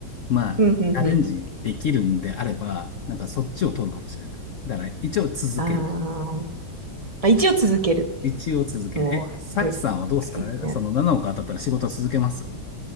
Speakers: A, on the left; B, on the right.
A: まあチャレンジできるんであればなんかそっちを取るかもしれない。
B: うんうんうん。
A: だから一応続ける。
B: あーあ、一応続ける。
A: 一応続ける。
B: もう、
A: え、
B: すごい、
A: サチさんはどうですかその7億当たったら仕事続けます
B: いいですね。